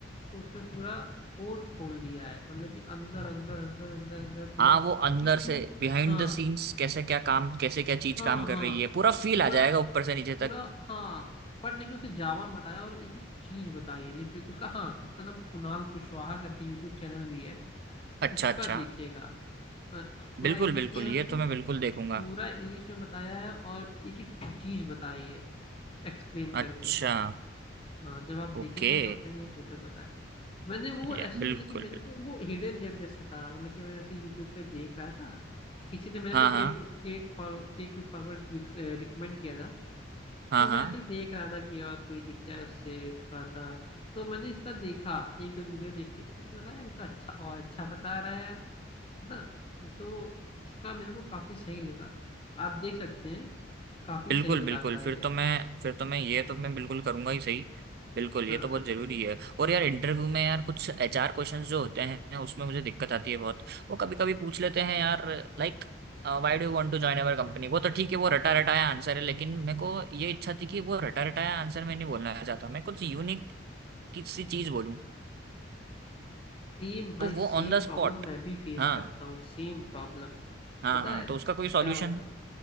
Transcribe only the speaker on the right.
हाँ वो अंदर
से
बिहाइंड
द सीन्स कैसे क्या काम कैसे क्या चीज
काम कर
रही है पूरा फील
आ जाएगा ऊपर से नीचे
तक
अच्छा
अच्छा
बिल्कुल
बिल्कुल
ये तो मैं बिल्कुल देखूंगा
अच्छा
ओके
या बिल्कुल
बिल्कुल
हाँ
हाँ
हाँ
हाँ
बिल्कुल
बिल्कुल फिर
तो मैं फिर तो मैं ये तो मैं बिल्कुल करूंगा ही सही बिल्कुल
ये तो बहुत
जरूरी है और यार इंटरव्यू में यार कुछ एचआर क्वेश्चंस जो होते हैं उसमें मुझे दिक्कत आती है बहुत वो कभी कभी पूछ लेते हैं यार like why do you want to join our company वो तो ठीक है वो रटा रटाया आंसर है लेकिन मेरे को ये इच्छा थी कि वो रटा रटाया आंसर मैं नहीं बोलना चाहता मैं कुछ यूनिक किसी चीज बोलूँ
तो वो
ऑन द
स्पॉट
हाँ
हाँ
हाँ
तो उसका कोई सॉल्यूशन